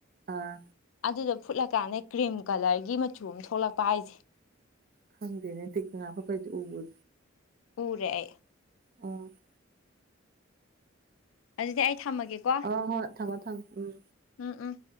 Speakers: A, on the right (about 45°); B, on the left (about 80°).
A: ꯑꯥ
B: ꯑꯗꯨꯗꯣ ꯐꯨꯠꯂꯀꯥꯟꯗ ꯀ꯭ꯔꯤꯝ ꯀꯂꯔꯒꯤ ꯃꯆꯨ ꯑꯝ ꯊꯣꯛꯂꯛꯄ ꯍꯥꯏꯁꯦ
A: ꯈꯪꯗꯦꯅꯦ ꯇꯤꯛ ꯃꯅꯥ ꯐꯨꯠꯄꯩꯗꯤ ꯎꯕꯨ ꯎ
B: ꯎꯔꯦ ꯑꯩ
A: ꯎꯝ
B: ꯑꯗꯨꯗꯤ ꯑꯩ ꯊꯝꯃꯒꯦꯀꯣ
A: ꯍꯣ ꯍꯣꯏ ꯊꯃꯣ ꯊꯝ ꯎꯝ
B: ꯎꯝ ꯎꯝ